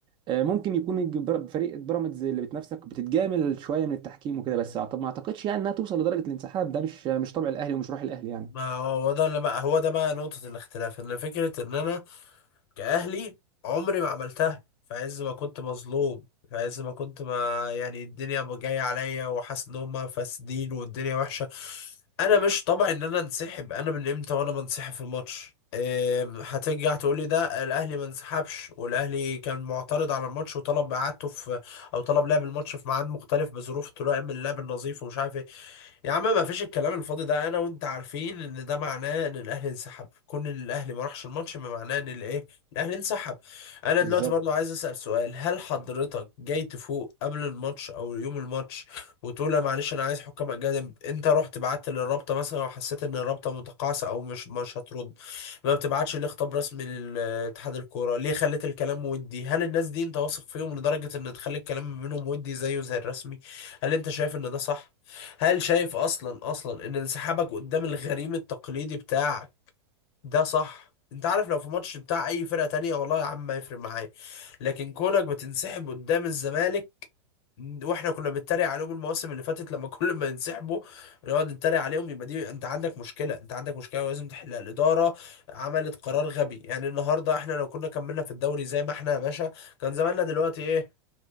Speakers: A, on the right; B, on the left.
A: آه ممكن يكون الج- بر- فريق بيراميدز اللي بتنافسك بتتجامل شويه من التحكيم وكده بس أعتقد- ما اعتقدش يعني انها توصل لدرجه الانسحاب ده مش مش طبع الاهلي ومش روح الاهلي يعني
B: ما هو ده اللي بقى هو ده بقى نقطة الاختلاف ان فكرة ان انا كأهلي عمري ما عملتها في عز ما كنت مظلوم في عز ما كنت ما يعني الدنيا جاية عليا وحاسس ان هما فاسدين والدنيا وحشة انا مش طبعي ان انا انسحب انا من امتى وانا بنسحب في الماتش أم، هترجع تقول لي ده الاهلي ما انسحبش والاهلي كان معترض على الماتش وطلب اعادته في او طلب لعب الماتش في ميعاد مختلف بظروف تلائم اللعب النظيف ومش عارف ايه يا عم ما فيش الكلام الفاضي ده انا وانت عارفين ان ده معناه ان الاهلي انسحب كون ان الاهلي ما راحش الماتش ما معناه ان الايه الاهلي انسحب انا دلوقتي
A: بالظبط
B: برضو عايز اسال سؤال هل حضرتك جاي تفوق قبل الماتش او يوم الماتش وتقول لا معلش انا عايز حكام اجانب انت رحت بعت للرابطه مثلا وحسيت ان الرابطه متقاعسه او مش مش هترد ما بتبعتش ليه خطاب رسمي لاتحاد الكوره ليه خليت الكلام ودي هل الناس دي انت واثق فيهم لدرجه ان تخلي الكلام منهم ودي زيه زي الرسمي هل انت شايف ان ده صح هل شايف اصلا اصلا ان انسحابك قدام الغريم التقليدي بتاعك ده صح انت عارف لو في ماتش بتاع اي فرقة تانية والله يا عم ما يفرق معايا لكن كونك بتنسحب قدام الزمالك واحنا كنا بنتريق عليهم المواسم اللي فاتت لما <laughs> كل ما ينسحبوا نقعد نتريق عليهم يبقى دي انت عندك مشكله انت عندك مشكله ولازم تحلها الاداره عملت قرار غبي يعني النهارده احنا لو كنا كملنا في الدوري زي ما احنا يا باشا كان زماننا دلوقتي ايه